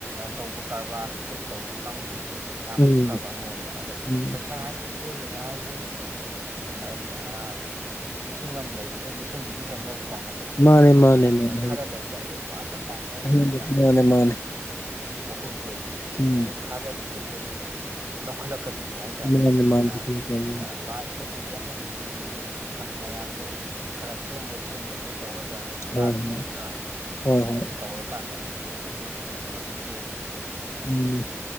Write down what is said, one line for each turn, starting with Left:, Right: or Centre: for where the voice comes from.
Right: ꯇꯧꯕ ꯀꯔꯕꯥꯔ ꯕ꯭ꯂꯦꯛ ꯇꯧꯔꯨꯕ ꯀꯥꯡꯕꯨꯗꯤ ꯌꯥꯝꯃꯨꯛ
Left: ꯎꯝ
Right: ꯐꯕ ꯑꯃꯔꯣꯝꯗ ꯑꯗꯣ
Left: ꯎꯝ
Right: ꯄꯩꯁꯥ ꯍꯥꯏ ꯖꯤ ꯃꯤꯌꯣꯕ ꯃꯥ ꯍꯥꯏꯕ ꯃꯛꯇꯕꯨ ꯑꯥ ꯂꯤꯁꯤꯡ ꯑꯃ ꯂꯩꯕꯗ ꯂꯤꯁꯤꯡꯗꯨꯗꯤ ꯍꯦꯟꯕ ꯑꯃꯨꯛ ꯄꯥꯝꯃꯛ ꯀꯥꯗꯣꯏꯅꯤ
Left: ꯃꯥꯅꯦ ꯃꯥꯅꯦ
Right: ꯑꯗꯨꯅ
Left: ꯃꯥꯅꯦ
Right: ꯈꯔ ꯂꯩꯕꯗ ꯑꯍꯦꯟꯕ ꯉꯠꯇ ꯄꯥꯝꯅꯔꯤꯕꯅꯤꯅ
Left: ꯑꯍꯦꯟꯕ ꯑꯍꯦꯟꯕ ꯃꯥꯅꯦ ꯃꯥꯅꯦ
Right: ꯃꯈꯣꯏꯖꯨ
Left: ꯎꯝ
Right: ꯍꯌꯦꯡ ꯊꯥꯗꯔꯒꯤꯕ ꯄꯣꯠꯇꯨ ꯂꯧꯈꯠꯂꯛꯀꯗꯣꯏꯅꯦ ꯍꯥꯏꯇꯥꯔꯦ
Left: ꯃꯥꯅꯦ
Right: ꯑꯗꯨꯅ
Left: ꯃꯥꯅꯦ ꯍꯣꯏ
Right: ꯂꯥꯏ ꯗꯤꯕꯂꯞꯃꯦꯟꯒꯤ ꯐꯟ ꯃꯌꯥꯝꯗꯨ ꯈꯔ ꯁꯦꯝꯕꯣꯏ ꯁꯦꯝꯗꯕꯣꯏ ꯇꯧꯔꯒ ꯑꯗꯨꯝ
Left: ꯍꯣꯏ
Right: ꯆꯥꯒꯤꯕ ꯈꯔ ꯑꯗꯨꯃꯥꯏꯅ
Left: ꯍꯣꯏ
Right: ꯇꯧꯔꯀꯥꯟꯗ ꯑꯗꯨꯅꯅꯦꯕ ꯍꯧꯖꯤꯛꯁꯤ
Left: ꯎꯝ